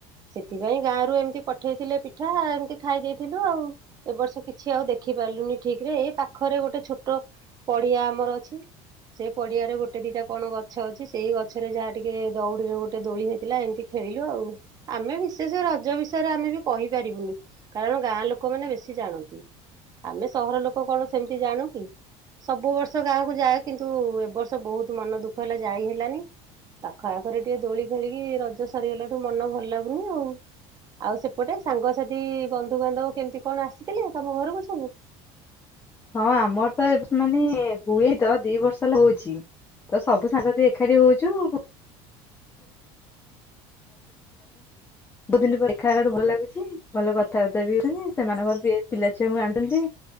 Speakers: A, on the right; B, on the left.
A: ସେଥିପାଇଁ ଗାଁରୁ ଏମିତି ପଠେଇଥିଲେ ପିଠା ଏମିତି ଖାଇ ଦେଇଥିଲୁ, ଆଉ ଏ ବର୍ଷ କିଛି ଆଉ ଦେଖି ପାରିଲୁନି ଠିକରେ, ଏଇ ପାଖରେ ଗୋଟେ ଛୋଟ ପଡିଆ ଆମର ଅଛି ସେ ପଡିଆରେ ଗୋଟେ ଦିଟା କଣ ଗଛ ଅଛି ସେଇ ଗଛରେ ଯାହା ଟିକେ ଦଉଡିରେ ଗୋଟେ ଦୋଳି ହେଇଥିଲା, ଏମିତି ଖେଳିଲୁ ଆଉ ଆମେ ବିଶେଷ ରଜ ବିଷ ୟରେ ଆମେ ବି କହିପାରିବୁନି କାରଣ ଗାଁ ଲୋକମାନେ ବେଶୀ ଜାଣନ୍ତି, ଆମେ ସହର ଲୋକ କଣ ସେମିତି ଜାଣୁ କି ସବୁ ବର୍ଷ ଗାଁକୁ ଯାଏ କିନ୍ତୁ ଏ ବର୍ଷ ବହୁତ ମନ ଦୁଃଖ ହେଲା ଯାଇ ହେଲାନି, ପାଖ ଆଖରେ ଟିକେ ଦୋଳି ଖେଳିକି ରଜ ସରିଗଲାଠୁ ମନ ଭଲ ଲାଗୁନି ଆଉ। ଆଉ ସେପଟେ ସାଙ୍ଗସାଥି ବନ୍ଧୁବାନ୍ଧବ କେମିତି କଣ ଆସିଥିଲେ ତମ ଘରକୁ ସବୁ?
B: ହଁ ଆମର ତ ଏ ମାନେ ହୁଏ ତ ଦି ବର୍ଷ ହେଲା ହଉଛି ତ ସବୁ ସାଙ୍ଗସଥି ଏକାଠି ହୋଉଚୁ, <unintelligible> ବୋହୁତ ଦିନପରେ ଦେଖା ହେଲାଠୁ ଭଲ ଲାଗୁଚି, ଭଲ କଥାବାର୍ତ୍ତା ବି ହଉଛନ୍ତି ସେମାନଙ୍କର ପିଲା ଛୁଆଙ୍କୁ ଆଣିଛନ୍ତି।